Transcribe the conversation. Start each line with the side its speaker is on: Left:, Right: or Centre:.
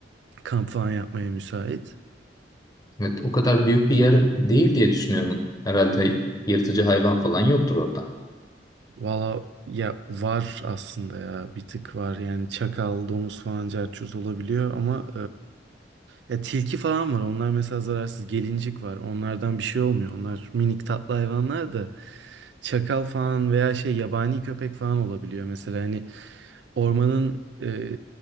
Right: Kamp falan yapmaya müsait.
Left: Evet, o kadar büyük bir yer değil diye düşünüyorum. Herhalde yırtıcı hayvan falan yoktur orada.
Right: Valla ya var aslında ya bir tık var yani çakal, domuz falan cerçuz olabiliyor ama e, ya tilki falan var onlar mesela zararsız gelincik var onlardan bir şey olmuyor onlar minik tatlı hayvanlar da çakal falan veya şey yabani köpek falan olabiliyor mesela hani ormanın e,